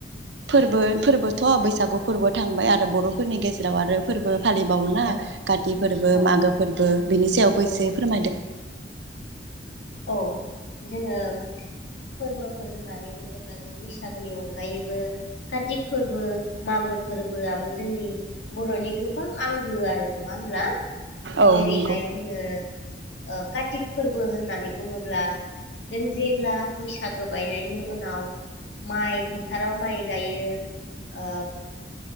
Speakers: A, on the right; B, on the left.
A: फोरबो फोरबोथ' बैसागु फोरबो थांबाय आरो बर'फोरनि गेजेराव आरो फोरबो फालिबावोना
B: औ
A: काति फोरबो
B: औ
A: मागो फोरबो बिनि सायावबो
B: औ
A: एसे
B: नंगौ
A: फोरमायदो
B: औ जोङो फोरबोफोर होननानै बुङोब्ला अब्ला जों बैसागोनि अनगायैबो कारतिक फोरबो मागो फोरबोआबो जोंनि बर'नि गोबां आंगो आरो नङा होमब्ला
A: औ
B: जेरैहाय
A: नंगौ
B: जोङो ओ कार्तिक फोरबो होननानै बुङोब्ला जों जेब्ला बैसागो बायनायनि उनाव माइ फोथाराव माइ गायो